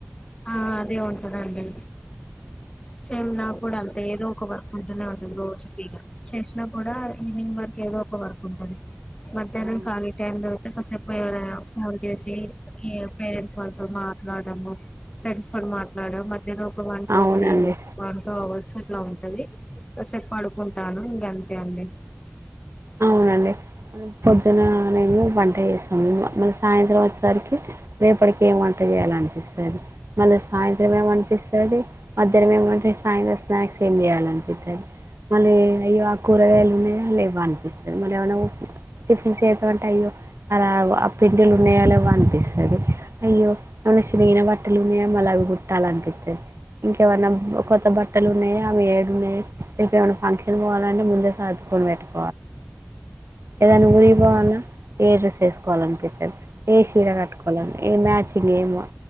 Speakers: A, on the left; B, on the right.
A: ఆ అదే ఉంటదండి సేమ్ నా కూడా అంత ఏదో ఒక వర్క్ ఉంటూనే ఉంటుంది రోజు పీగా చేసినా కూడా ఈవినింగ్ మనకి ఏదో ఒక వరకు ఉంటంది మధ్యాహ్నం
B: అవును
A: ఖాళీ టైమ్ లో కాసేపు ఎవరైనా ఫోన్ చేసి ఏం పేరెంట్స్ వాళ్ళతో మాట్లాడము ఫ్రెండ్స్ తో మాట్లాడము మధ్యలో <unintelligible>
B: అవునండి
A: అట్లా ఉంటంది కాసేపు పడుకుంటాను ఇంక అంతే అండి
B: అవును పొద్దున నే వంట చేస్తా మ సాయంత్రం వచ్చేసరికి రే మనకి ఏం వంట చేయాల అనిపిస్తుంది మళ్ళీ సాయంత్రం ఏమ అనిపిస్తుంది మధరం ఏమంటంది సాయంత్రం స్నాక్స్ ఏమి చేయాలనిపిస్తుంది మళ్ళీ అయో ఆ కూరగాయలు ఉన్నాయయా లేవ అనిపిస్తుంది మళ్ ఏమై టిఫిన్ సే ఎమంట అయ్యో అ ఆ పిండిలు ఉన్నాయళ అనిపిస్తుంది అయ్యో మన చిరిగిన బట్టలునేమలా అవి కుట్టాల అనిపిస్తుంది ఇంకేమన్నా కొత్త బట్టలు ఉన్నాయయా ఆమె ఏడు ఉన్నాయయి తెపు ఏమైన్నా ఫంక్షన్ పోవాలంటే ముందే సాదుుకొని పెట్టా ఏదైనా ఉఊరిగిపోవన్నా ఏ డ్రెస్ వేసుకోవాలి అనిపిించారు ఏ చీర కట్టుకోవాలని ఏ నాచిిన ఏమో